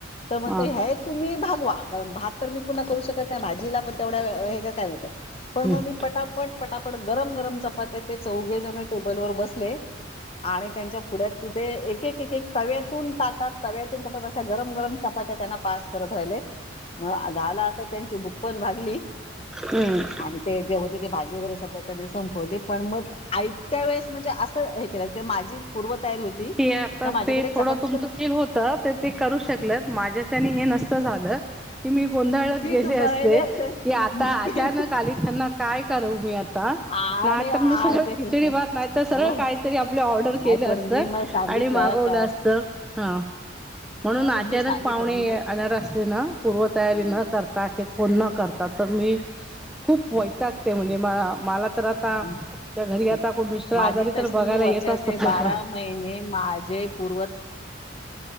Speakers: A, on the left (about 30°); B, in the centre.
A: तर म्हटलं
B: हा
A: ह्या त तुम्ही भागवा कारण भात तर मी पुन्हा करू शकत नाही भाजीला पण तेवढ्या हेच्यात काय होतं पण
B: हम्म
A: मग मी- पटापट, पटापट गरम, गरम चपात्या ते चौघेजण टेबल वर बसले. आणि त्यांच्या पुढ्यात तिथे एक, एक, एक तव्यातून ताटात तव्यातून ताटात अशा गरम, गरम चपात्या त्यांना पास करत राहिले मग झाल आता त्यांची भूक पण भागली.
B: हम्म...
A: आणि ते जे होत ते भाजी वगैरे समजा त्यांनी संपवली पण मग आयत्या वेळेस म्हणजे असं हे केलं माझी पूर्वतयारी होती.
B: कि आता
A: का माझ्याकडे
B: ते थोडं
A: चपातीचं
B: तुमचं स्किल होत तर ते करू शकलेत माझ्याच्यांनी हे नसत झालं. कि मी गोंधळत
A: पीठ
B: गेले
A: मळले
B: असते की आता अचानक
A: पीठ
B: आलीत ह्यांना काय करू मी आता
A: आणि
B: नाहीतर
A: आ-
B: मग सरळ
A: ते
B: खिचडी भात नाही तर
A: हो
B: सरळ काय तरी आपलं ऑर्डर
A: नाही
B: केलं
A: पण
B: असत.
A: मी मग सांगितलं
B: आणि मागवलं
A: का
B: असत. हं... म्हणून
A: अं,
B: अचानक
A: मी सांगितलं
B: पाहुणे
A: मी जे-
B: आणार असले ना पूर्वतयारी
A: हं,
B: न करता फोन न करता तर मी खूप
A: हं,
B: वैतागते म्हणजे
A: हं,
B: म मला तर आता
A: हं,
B: घरी
A: हं.
B: आता कोण मिस्टर
A: माझी
B: आजारी
A: तशी
B: तर बघायला
A: वर्षाचे
B: येत असतात लोक.
A: बारा महिने माझे पूर्वत